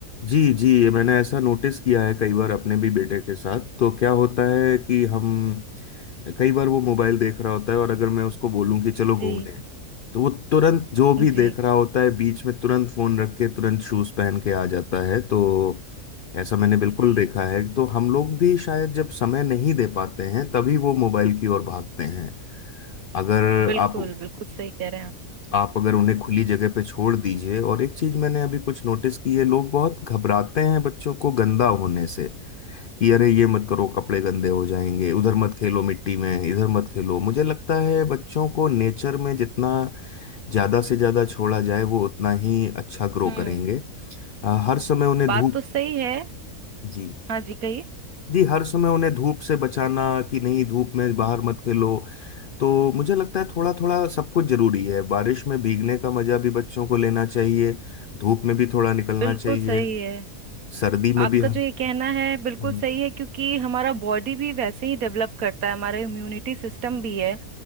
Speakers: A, on the left; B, on the right.
A: जी जी ये मैंने ऐसा नोटिस किया है कई बार अपने भी बेटे के साथ तो क्या होता है कि हम कई बार वो मोबाइल देख रहा होता है और अगर मैं उसको बोलूं कि चलो
B: जी
A: घूमने तो वो तुरंत जो भी
B: जी
A: देख रहा होता है बीच में तुरंत फोन रख के तुरंत शूज पहन के आ जाता है तो ऐसा मैंने बिल्कुल
B: जी
A: देखा है तो हम लोग भी शायद जब समय नहीं दे पाते हैं तभी वो मोबाइल की ओर भागते हैं अगर
B: बिल्कुल
A: आप
B: बिल्कुल सही कह रहे हैं आप
A: आप अगर उन्हें खुली जगह पे छोड़ दीजिए और एक चीज मैंने अभी कुछ नोटिस की है लोग बहुत घबराते हैं बच्चों को गंदा होने से कि अरे ये मत करो कपड़े गंदे हो जाएंगे उधर मत खेलो मिट्टी में इधर मत खेलो मुझे लगता है बच्चों को नेचर में जितना ज्यादा से ज्यादा छोड़ा जाए वो उतना ही अच्छा ग्रो
B: हम्म
A: करेंगे अ, हर समय उन्हें
B: बात
A: धूप
B: तो सही है
A: जी
B: हाँ जी कहिए
A: जी हर समय उन्हें धूप से बचाना कि नहीं धूप में बाहर मत खेलो तो मुझे लगता है थोड़ा थोड़ा सब कुछ जरूरी है बारिश में भीगने का मजा भी बच्चों को लेना चाहिए धूप में भी थोड़ा निकलना
B: बिल्कुल
A: चाहिए
B: सही है
A: सर्दी
B: आपका
A: में भी
B: जो ये कहना है बिल्कुल
A: हम्म।
B: सही है क्योंकि हमारा बॉडी भी वैसे ही डेवलप करता है हमारा इम्यूनिटी सिस्टम भी है